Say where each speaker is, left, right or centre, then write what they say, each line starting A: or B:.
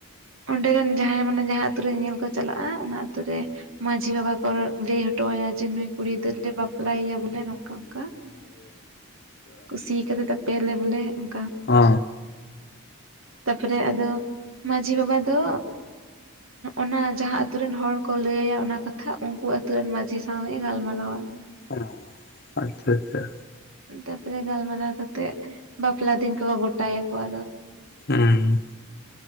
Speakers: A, on the right; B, on the left.
A: ᱚᱸᱰᱮᱨᱮᱱ ᱡᱟᱦᱟᱸᱭ ᱢᱟᱱᱮ ᱡᱟᱦᱟᱸ ᱟᱛᱩ ᱨᱮ ᱧᱮᱞ ᱠᱚ ᱪᱟᱞᱟᱜᱼᱟ ᱚᱱᱟ ᱟᱛᱩ ᱨᱮ ᱢᱟ ᱢᱟᱹᱡᱷᱤ ᱵᱟᱵᱟ ᱠᱚ ᱞᱟᱹᱭ ᱦᱚᱴᱚᱭᱟ ᱡᱮ ᱱᱩᱭ ᱠᱩᱲᱤ ᱫᱚᱞᱮ ᱵᱟᱯᱞᱟᱭᱭᱟ ᱵᱚᱞᱮ ᱠᱟᱠᱟ ᱠᱩᱥᱤ ᱠᱟᱫᱮ ᱛᱟᱯᱮᱭᱟᱞᱮ ᱵᱚᱞᱮ ᱚᱱᱠᱟ
B: ᱚ
A: ᱛᱟᱯᱚᱨᱮ ᱟᱫᱚ ᱢᱟᱺᱡᱷᱤ ᱵᱟᱵᱟ ᱫᱚ ᱚᱱᱟ ᱡᱟᱦᱟᱸ ᱟᱛᱩ ᱨᱮᱱ ᱦᱚᱲ ᱠᱚ ᱞᱟᱹᱭ ᱟᱭᱟ ᱚᱱᱟ ᱠᱟᱛᱷᱟ ᱩᱱᱠᱩ ᱟᱛᱩ ᱨᱮᱱ ᱢᱟᱡᱷᱤ ᱥᱭ ᱜᱟᱞ ᱢᱟᱨᱟᱣᱟ <unintelligible>
B: ᱚ ᱟᱪᱪᱷᱟ ᱟᱪᱪᱷᱟ
A: ᱛᱟᱯᱚᱨᱮ ᱜᱟᱞᱢᱟᱨᱟᱣ ᱠᱟᱛᱮᱜ ᱵᱟᱯᱞᱟ ᱫᱤᱱ ᱠᱚ ᱜᱚᱴᱟᱭᱟᱠᱚ ᱟᱫᱚ
B: ᱦᱩᱸ